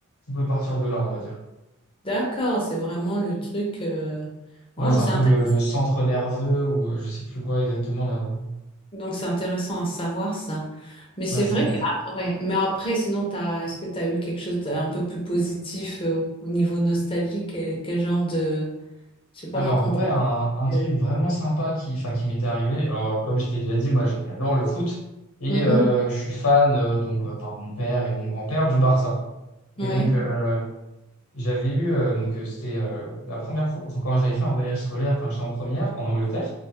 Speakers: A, on the left; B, on the left.
A: on peut partir de là, on va dire.
B: D'accord, c'est vraiment le truc. euh,
A: Ouais,
B: Waouh,
A: c'est
B: c'est
A: un peu
B: intéressant.
A: le, le centre nerveux ou euh, je sais plus quoi exactement là.
B: Donc c'est intéressant à savoir ça. Mais c'est
A: Ouais, c'est
B: vrai
A: clair.
B: que ah, ouais, mais après sinon t'as est-ce que tu as eu quelque chose d'un peu plus positif euh, au niveau nostalgique quel, quel genre de je sais pas
A: Alors
B: moi quand t'es
A: ouais, un, un truc
B: euh,
A: vraiment sympa qui, enfin, qui m'était arrivé. Alors comme je t'ai déjà dit, moi je- j'adore le foot et
B: mhm,
A: euh, je suis fan euh, donc euh, par mon père et mon grand-père du Barça.
B: ouais,
A: Et donc euh, j'avais eu, euh, donc euh, c'était euh, la première fois, enfin, quand j'avais fait un voyage scolaire quand j'étais en première en Angleterre.